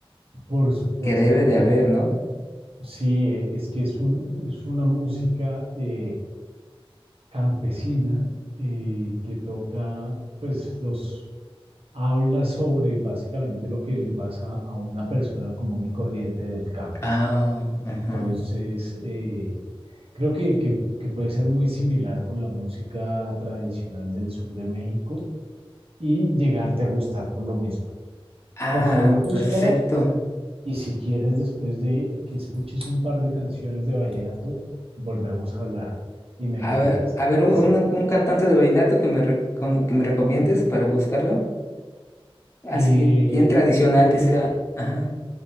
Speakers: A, on the right; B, on the left.
A: por supuesto,
B: Que debe
A: porque
B: de haber, ¿no?
A: sí, e- es que es un- es una música eh, campesina eh, que toca, pues los habla sobre básicamente lo que le pasa a una persona común y corriente del campo.
B: Ah, ajá.
A: Entonces, eh, creo que, que, que puede ser muy similar con la música tradicional del sur de México y llegarte a gustar por lo mismo.
B: Ah,
A: Por favor, búscala
B: perfecto.
A: y si quieres, después de que escuches un par de canciones de vallenato, volvemos a hablar y me
B: A
A: cuentas.
B: ver, a ver, un,
A: ¿Sí?
B: un- cantante de vallenato que me, recom- que me recomiendes para buscarlo. Así,
A: Eh,
B: bien tradicional
A: te-
B: que sea. Ajá.